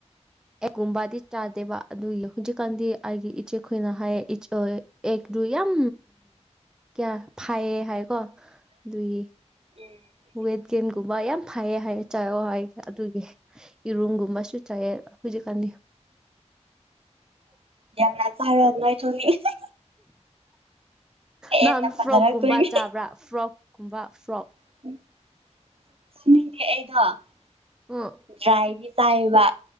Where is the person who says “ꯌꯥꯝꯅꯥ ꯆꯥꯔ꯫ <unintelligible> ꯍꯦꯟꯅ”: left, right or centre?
Right